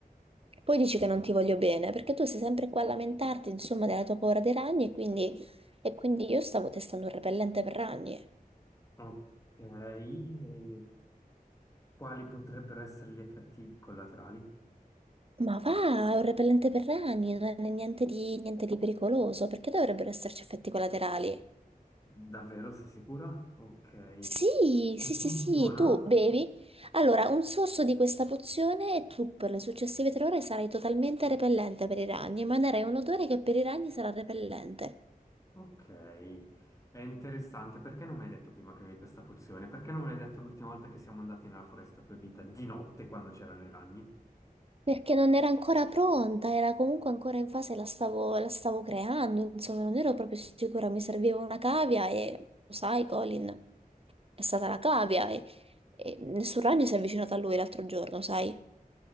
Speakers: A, on the right; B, on the left.
A: poi dici che non ti voglio bene, perché tu sei sempre qua a lamentarti, insomma, della tua paura dei ragni e quindi, e quindi io stavo testando un repellente per ragni.
B: Ok, e quali potrebbero essere gli effetti collaterali?
A: Ma va, è un repellente per rani, non è niente di, niente di pericoloso, perché dovrebbero esserci effetti collaterali?
B: Davvero, sei sicura? Ok. E
A: Sì, sì, sì,
B: funziona?
A: sì, tu bevi. Allora, un sorso di questa pozione e tu per le successive tre ore sarai totalmente repellente per i ragni, emanerai un odore che per i ragni sarà repellente.
B: Ok, è interessante. Perché non mi hai detto prima che avevi questa pozione? Perché non me l'hai detto l'ultima volta che siamo andati nella foresta proibita di notte quando c'erano i ragni?
A: Perché non era ancora pronta, era comunque ancora in fase, la stavo, la stavo creando, insomma, non ero proprio sicura, mi serviva una cavia e lo sai, Colin, è stata la cavia e, e nessun ragno si è avvicinato a lui l'altro giorno, sai?